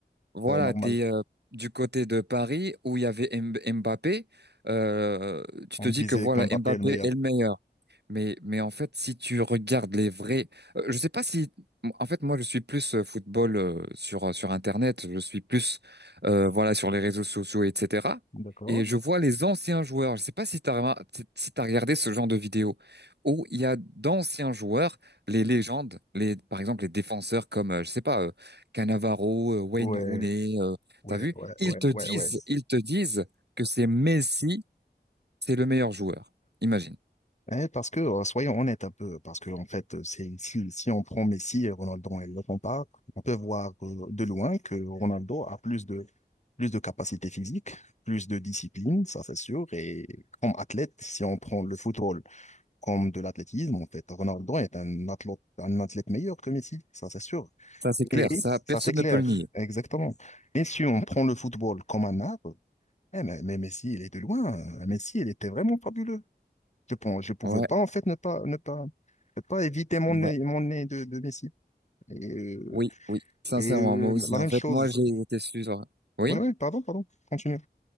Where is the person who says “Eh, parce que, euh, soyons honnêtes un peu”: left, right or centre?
Left